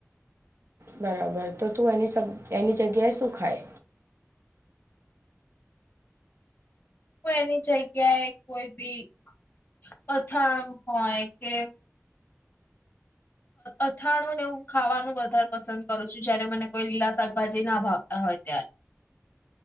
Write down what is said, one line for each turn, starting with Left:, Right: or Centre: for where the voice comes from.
Right: બરાબર તો તું એની એની જગ્યાએ શું ખાય?
Left: હુ એની જગ્યાએ કોઈ બી અથાણ હોય કે અથાણુંને એવું ખાવાનું વધારે પસંદ કરું છું જયારે મને કોઈ લીલા શાકભાજી ના ભાવતા હોય ત્યારે